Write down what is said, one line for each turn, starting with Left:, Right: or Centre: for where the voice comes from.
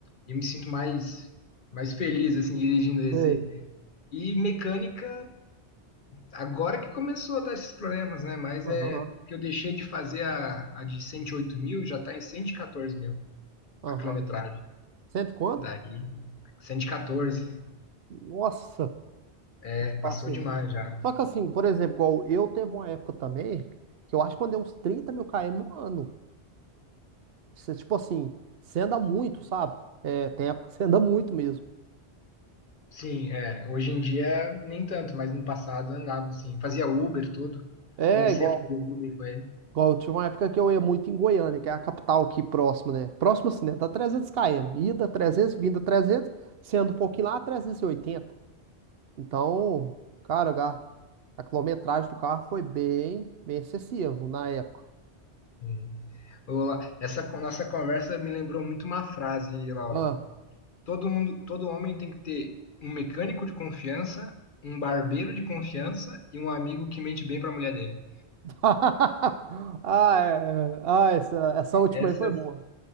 Left: E me sinto mais mais feliz assim dirigindo esse
Right: sei.
Left: e mecânica, agora que começou a dar esses problemas, né? Mas
Right: Aham,
Left: é que eu deixei de fazer a, a de 108 mil, já tá em 114 mil
Right: aham.
Left: a quilometragem.
Right: Cento e quanto?
Left: Daí, 114,
Right: Nossa,
Left: é,
Right: eu
Left: passou
Right: faço aí.
Left: demais já.
Right: Só que assim, por exemplo, igual eu teve uma época também que eu acho que eu andei uns 30 mil km no ano. Você, tipo assim, você anda muito, sabe? É, tem época que você anda muito mesmo.
Left: Sim, é, hoje em dia nem tanto, mas no passado eu andava assim, fazia Uber, tudo.
Right: É,
Left: Comecei
Right: igual,
Left: a fazer Uber com ele.
Right: igual, eu tive uma época que eu ia muito em Goiânia, que é a capital aqui próxima, né? Próxima assim, né? Dá 300 km. Ida trezentos vinda trezentos sendo um pouquinho lá, trezentos e oitenta Então, cara, ga- a quilometragem do carro foi bem, bem excessivo na época.
Left: Hum. Ô, La- Essa co- nossa conversa me lembrou muito uma frase, Lauro.
Right: Ah,
Left: Todo mundo, todo homem tem que ter um mecânico de confiança, um barbeiro de confiança e um amigo que mente bem para a mulher dele.
Right: <laughs> ah, é. é. Ah, essa, essa última
Left: Essa
Right: aí foi boa.